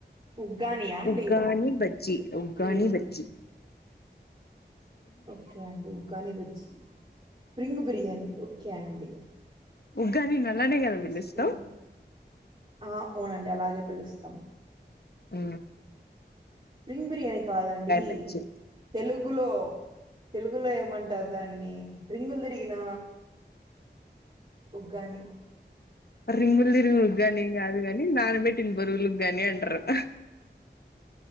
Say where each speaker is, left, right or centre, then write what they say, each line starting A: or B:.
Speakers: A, on the right; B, on the left.
A: ఉగ్గానియా అండి
B: ఉగ్గాని బజ్జి
A: ఓకే
B: గానీ బచ్చి
A: ఓకే అండి ఉగ్గాని బజ్జి, స్ప్రింగ్ బిర్యానీ ఓకే అండి.
B: ఉగ్గాని నల్లానే
A: ఓకే
B: కదా పిలుస్తావు
A: స్ప్రింగ్ ఆ అవునండి అలాగే పిలుస్తాం
B: అ
A: స్ప్రింగ్ బిర్యానీ కాదండి
B: బజ్జీ
A: తెలుగులో తెలుగులో ఏమంటారు దాన్ని రింగులు తిరిగిన ఉగ్గాని
B: రింగులు తిరిగిన ఉగ్గాని ఏం కాదు గానీ నానబెట్టిన బరుగులు ఉగ్గాని అండరు హ్